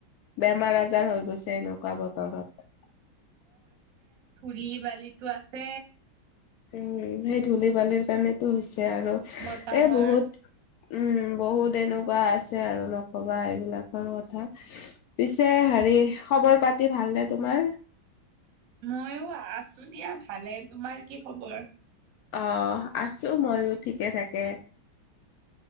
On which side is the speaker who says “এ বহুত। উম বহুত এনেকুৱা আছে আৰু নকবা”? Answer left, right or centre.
Left